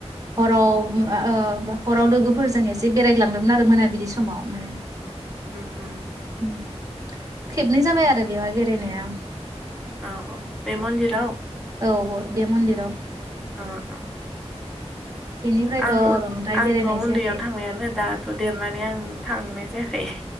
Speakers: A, on the right; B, in the centre.
A: हराव उम ओ हराव लोगोफोरजों एसे बेरायग्लांदोंमोन आ दों मोनाबिलि समाव माने।
B: ओम ओम।
A: उम। खेबनै जाबाय आरो बेवहाय बेरायनाया आं।
B: औ औ बेे मन्दिराव?
A: औ ओ बे मन्दिराव।
B: ओ ओ
A: बेनिफ्रायथ'
B: आं
A: बांद्राय
B: आंथ'
A: बेरायनाय
B: उन्दैयाव
A: जायाखै
B: थांनायानो दा थ' देरनानै आं थांनाय जायाखै